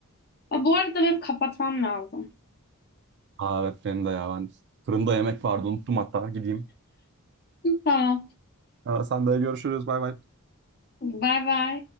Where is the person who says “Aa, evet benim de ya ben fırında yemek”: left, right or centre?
Right